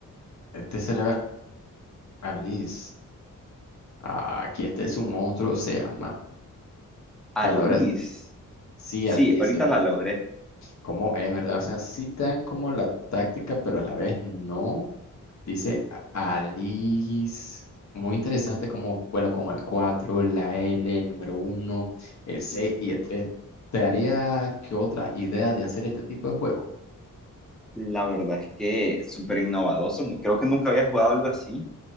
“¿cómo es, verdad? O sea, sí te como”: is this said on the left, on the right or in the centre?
Left